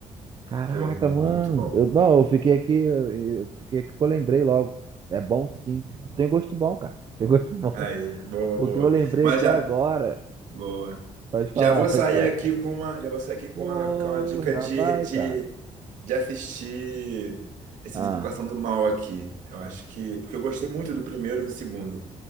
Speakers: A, on the right; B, on the right.
A: Caraca,
B: Porra, irmão,
A: mano.
B: muito bom.
A: Eu, não, eu fiquei aqui, eu, eu fiquei aqui que eu lembrei logo. É bom sim. Tem gosto bom, cara. Tem gosto <laughs> bom.
B: Aí, boa,
A: O
B: boa.
A: que eu lembrei
B: Mas
A: aqui
B: já.
A: agora.
B: Boa.
A: Pode falar,
B: Já vou
A: pode
B: sair
A: falar.
B: aqui com uma. Já vou sair aqui com
A: Pô,
B: uma, com uma dica
A: já
B: de,
A: vai,
B: de,
A: cara.
B: de assistir esse
A: Ah,
B: Invocação do Mal aqui. Eu acho que. Porque eu gostei muito do primeiro e do segundo.